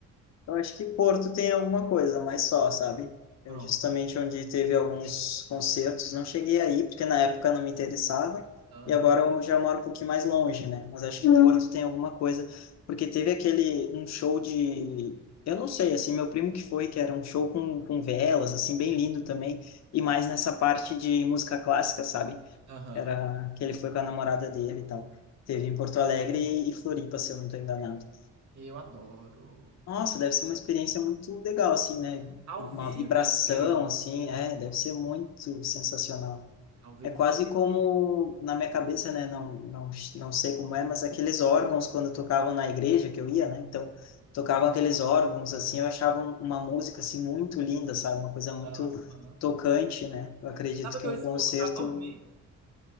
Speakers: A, on the left; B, on the right.
A: Eu acho que Porto tem alguma coisa, mas só, sabe?
B: Pronto.
A: É justamente onde teve alguns concertos. Não cheguei aí, porque na época não me interessava.
B: Aham,
A: E agora eu já moro um pouquinho mais longe, né? Mas acho que Hum. Porto tem alguma coisa. Porque teve aquele, um show de... Eu não sei, assim, meu primo que foi, que era um show com, com velas, assim, bem lindo também. E mais nessa parte de música clássica, sabe?
B: aham.
A: Era que ele foi com a namorada dele e tal. Teve em Porto Alegre e, e Floripa, se eu não estou enganado.
B: Eu adoro.
A: Nossa, deve ser uma experiência muito legal, assim, né?
B: Ao
A: Uma
B: vivo
A: vibração,
B: é incrível.
A: assim, é, deve ser muito sensacional.
B: Ao vivo
A: É quase
B: foi.
A: como, na minha cabeça, né? Não, não, não sei como é, mas aqueles órgãos quando tocavam na igreja que eu ia, né? Então, tocavam aqueles órgãos, assim, eu achava um- uma música, assim, muito linda, sabe? Uma coisa muito
B: Aham.
A: tocante, né? Eu acredito
B: Sabe o
A: que
B: que
A: um
B: eu escuto
A: concerto
B: pra dormir?